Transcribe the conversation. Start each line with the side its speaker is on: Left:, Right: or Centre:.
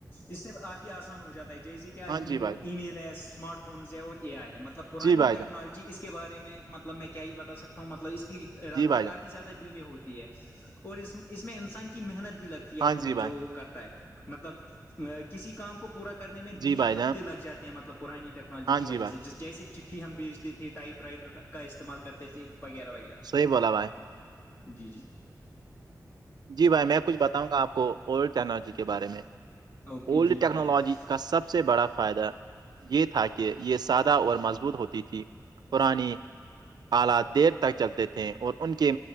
Left: اس سے کافی آسان ہو جاتا ہے جیسے کہ آج
Right: ہاں جی بھائی جان
Left: ای میل ہے اسمارٹ فونز ہے اور اے آئی ہے مطلب پرانی
Right: جی بھائی
Left: ٹیکنالوجی
Right: جان
Left: اس کے بارے میں مطلب میں کیا یہ بتا سکتا ہوں مطلب اس کی رفتار
Right: جی بھائی جان
Left: کافی زیادہ بیمے ہوتی ہے اور اس اس میں انسان کی محنت بھی لگتی ہے
Right: ہاں
Left: اپنی
Right: جی بھائی
Left: جو کرتا ہے مطلب کسی کام کو پورا کرنے میں
Right: جی
Left: دن
Right: بھائی
Left: یا ہفتے
Right: جان
Left: لگ جاتے ہیں مطلب پرانی ٹیکنالوجی
Right: ہاں
Left: کی وجہ
Right: جی بھائی
Left: سے جیسے چٹھی ہم بیچتے تھی ٹائپ رائٹر کا استعمال کرتے تھے وغیرہ وغیرہ
Right: صحیح بولا بھائی
Left: جی جی
Right: جی بھائی میں کچھ بتاؤں گا آپ کو اولڈ ٹیکنالوجی کے بارے میں
Left: اوکے
Right: اولڈ
Left: جی بتائیے
Right: ٹیکنالوجی کا سب سے بڑا فائدہ یہ تھا کہ یہ سادہ اور مضبوط ہوتی تھی پرانی آلات دیر تک چلتے تھے اور ان کی